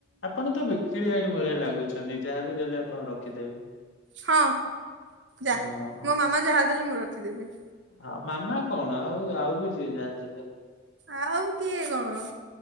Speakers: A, on the left; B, on the right.
A: ଆପଣ ତ ବିକିଳିଆଣି ଭଳିଆ ଲାଗୁଛନ୍ତି ଯାହାବି ଦେଲେ ଆପଣ ରଖିଦେବେ।
B: ହଁ ଯା
A: ହଁ ହଁ।
B: ମୋ ମାମା ଯାହା ଦେଲେ ମୁଁ ରଖିଦେବି।
A: ହଁ ମାମା କଣ ଆଉ ଆଉ ବି ଯିଏ ଯାହା ଦେଲେ
B: ଆଉ କିଏ କଣ?